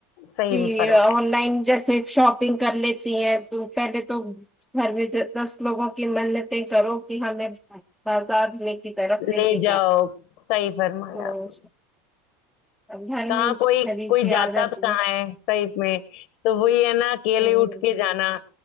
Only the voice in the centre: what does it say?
ج
آن لائن جیسے شاپنگ کر لیتی ہے تو پہلے تو گھر میں لوگوں کی منتیں کرو کہ ہمیں بازاد میں کی طرف
کے
تو
گھر
میں
خرید
کے
آ جاتی
ہے